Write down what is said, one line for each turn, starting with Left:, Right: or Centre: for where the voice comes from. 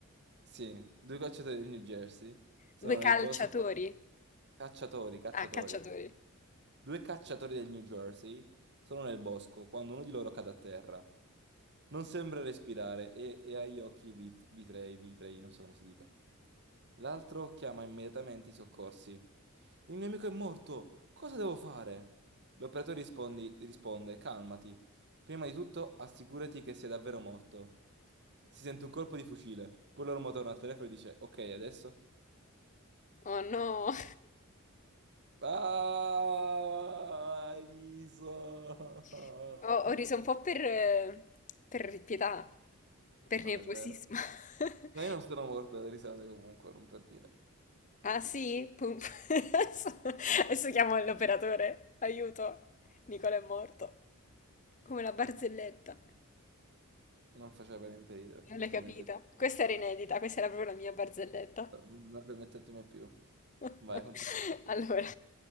Right: Sì, due cacciatori del New Jersey sono
Left: Due calciatori.
Right: nel bosco. Cacciatori, cacciatori.
Left: Ah, cacciatori.
Right: Due cacciatori del New Jersey sono nel bosco quando uno di loro cade a terra. Non sembra respirare e, e ha gli occhi vit- vitrei, vitrei, non so come si dica. L'altro chiama immediatamente i soccorsi. Il mio amico è morto, cosa devo fare? L'operatore rispondi- risponde, calmati. Prima di tutto assicurati che sia davvero morto. Si sente un colpo di fucile, poi l'uomo torna al telefono e dice, ok, adesso?
Left: Oh no,
Right: Ah, riso.
Left: <laughs> ho, ho riso un po' per, eh, per pietà, per
Right: Non
Left: nervosismo.
Right: è vero.
Left: <laughs>
Right: Ma io non sono morto dalle risate comunque, non per dire.
Left: Ah sì? Pum- <laughs> Adesso, adesso chiamo l'operatore. Aiuto, Nicola è morto. Come la barzelletta.
Right: Non faceva per niente ridere,
Left: Non
Right: non
Left: l'hai
Right: permettetemi,
Left: capita? Questa era inedita, questa era proprio la mia barzelletta.
Right: non permettetemi mai più.
Left: <laughs>
Right: Vai, continua.
Left: Allora,